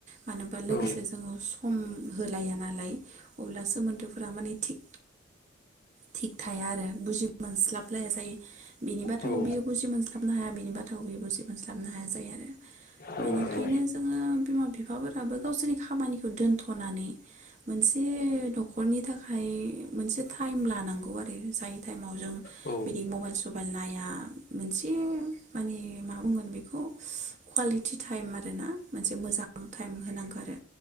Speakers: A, on the right (about 35°); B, on the left (about 45°).
A: मानो होनोबा लोगोसे
B: औ
A: जोङो सम होलाया ना अब्ला सोमोन्दोफोरा माने थिग थिग थाया आरो बुजि मोनस्लाबलाया जायो। बिनि बाथ्राखौ
B: औ
A: बियो बुजि मोनस्लाबनो हाया बिनि बाथ्राखौ बियो बुजि मोनस्लाबनो हाया जायो। आरो
B: औ
A: बेनिखायनो
B: नंगौ
A: जोङो बिमा बिफ फाफोराबो गावसोरनि खामानिखौ दोनथनानै मोनसे नखर'नि थाखाय मोनसे टाइम लानांगौ आरो जाय टाइमाव जों
B: औ
A: बिदि मबाइल नाया मोनसे माने मा बुंगोन बेखौ कुवालिटि टाइम आरोना। मोनसे मोजां टाइम होनांगौ आरो